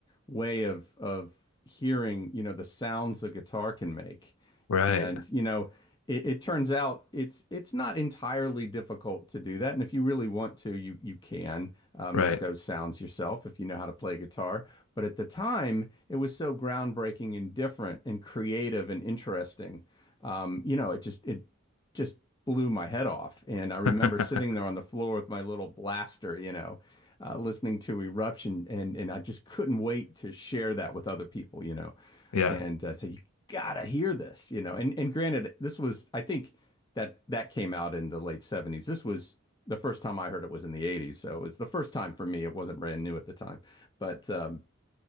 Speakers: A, on the left (about 20°); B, on the left (about 70°).
A: way of of hearing, you know, the sounds a guitar can make.
B: Right,
A: And, you know, it, it turns out it's it's not entirely difficult to do that. And if you really want to, you you can uh, make
B: right.
A: those sounds yourself if you know how to play guitar. But at the time, it was so groundbreaking and different and creative and interesting. Um, you know, it just it just blew my head off. And I remember
B: <laughs>
A: sitting there on the floor with my little blaster, you know, uh, listening to Eruption, and and I just couldn't wait to share that with other people, you know,
B: Yeah,
A: and uh, say you gotta hear this, you know. And and granted, this was I think that that came out in the late seventies. This was the first time I heard it was in the eighties, so it was the first time for me. It wasn't brand new at the time, but. Um,